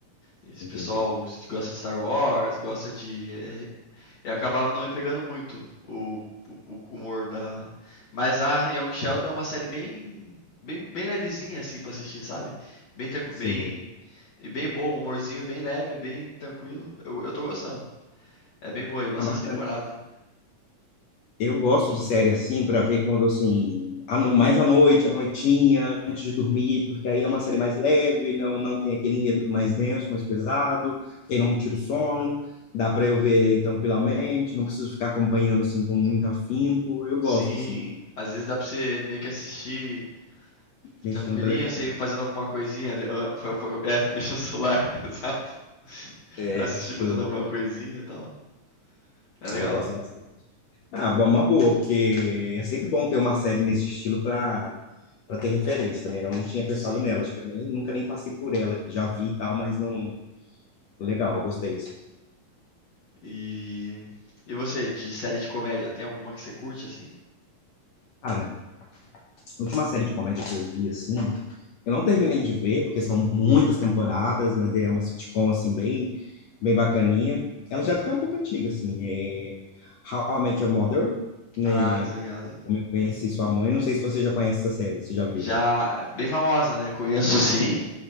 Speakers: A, on the left; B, on the left.
A: Esse
B: Entendi.
A: pessoal s- gosta de Star Wars, gosta de. é, Eu acabava não me pegando muito o, o- o humor da. Mas a Young Sheldon é uma série bem, bem, bem levezinha assim pra assistir, sabe? Bem, tranqui-
B: Sim.
A: bem e bem bom, humorzinho bem leve, bem tranquilo. Eu, eu tô gostando. É bem boa e bastante
B: Ah, bacana.
A: temporada.
B: Eu gosto de série assim, para ver quando, assim, a no- mais à noite, à noitinha, antes de dormir, porque aí
A: Uhum.
B: é uma série mais leve, não, não tem aquele enredo mais denso, mais pesado, que aí não me tira o sono. Dá para eu ver tranquilamente, não preciso ficar acompanhando assim com muito afinco. Eu gosto
A: Sim,
B: assim.
A: às vezes dá pra você meio que assistir
B: Mexendo
A: tranquilinho,
B: no telefone.
A: sem fazendo alguma coisinha. de- ah, fa- fa- É, <laughs> fica mexendo no celular, <laughs> exato.
B: É,
A: Assistir
B: show.
A: fazendo alguma coisinha e tal. É legal.
B: Ah, eu gosto bastante. Ah, bom, uma boa, porque é sempre bom ter uma série nesse estilo para para ter referência, né? Eu não tinha
A: Sim.
B: pensado nela, acho que eu nem, nunca nem passei por ela, que já vi e tal, mas não. Legal, gostei disso.
A: E e você, de série de comédia, tem alguma que você curte assim?
B: Cara, a última série de comédia que eu vi, assim, eu não terminei de ver, porque são muitas temporadas, mas é uma sitcom, assim, bem, bem bacaninha. Ela já é até um pouco antiga, assim, é How I Met Your Mother, né?
A: Ah, tá ligado.
B: Como eu conheci sua mãe, não sei se você já conhece essa série, se já viu.
A: Já bem famosa, né? Conheço sim.